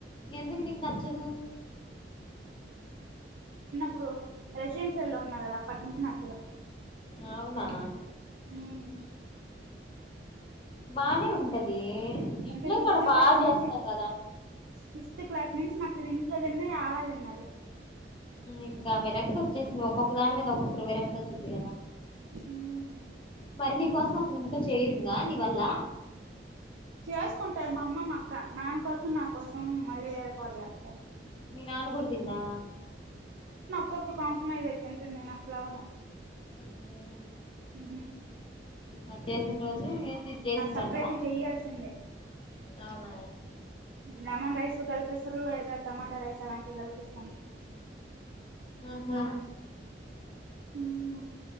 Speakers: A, on the left; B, on the right.
A: ఎందుకు నీకు నచ్చదు
B: ఇప్పుడు రెసిడెన్షియల్ లో ఉన్నా కదా అప్పటి నుంచి నచ్చదు
A: అవునా
B: మ్మ్
A: బానే ఉంటది ఇంట్లో
B: అంటే ఫిఫ్త్
A: కూడా బాగా
B: క్లాస్
A: చేస్తాం
B: నుంచి
A: కదా
B: ఫిఫ్త్ క్లాస్ నుంచి నచ్చదు ఇంట్లోతిన్ననీ ఆడదిన్నదది
A: ఇంకా విరక్తి వచ్చేసిం ఒక్కొక్క దాని మీద ఒక్కొక్క విరక్తి వచ్చింది కదా
B: మ్మ్
A: మరి నీ కోసం అసలు ఇంట్లో చేయరు దానివల్ల
B: చేసుకుంటారు మా అమ్మ అక్క నాన్న కోసం నా కోసం మళ్ళీ వేరే కూర చేస్తారు
A: మీ నాన్న కూడ తన్నాడా
B: ప్పుడు కాంప్రైజ్ అయి తింటాడు నేను అసల అవ్వను
A: హ్మ్
B: ఉహు
A: అది చేసిన రోజు ఏంది ఇది చేసిందంటవ
B: సపరేట్గా చెయ్యాల్సిందే
A: అవునా
B: లెమన్ రైస్ కల్పిస్తారు లేదా టమాటా రైస్ అలాంటివి కల్పిస్తా
A: ఆహా
B: ఉహూ